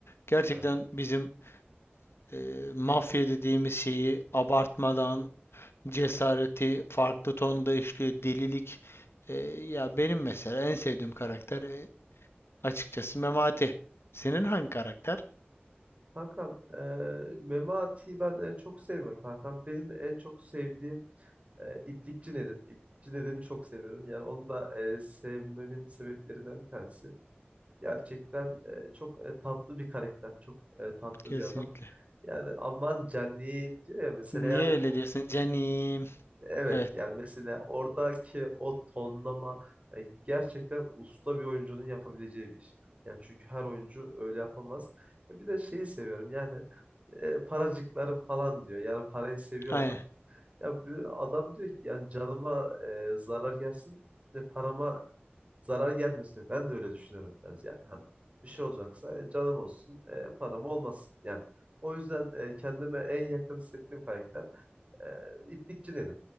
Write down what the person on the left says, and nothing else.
Gerçekten
bizim e, mafya dediğimiz şeyi abartmadan Cesareti farklı tonda işliyor. Delilik. E, ya benim mesela en sevdiğim karakter e, açıkçası Memati. Senin hangi karakter?
Kesinlikle.
Niye
öyle
diyorsun canim?
Evet.
Aynen.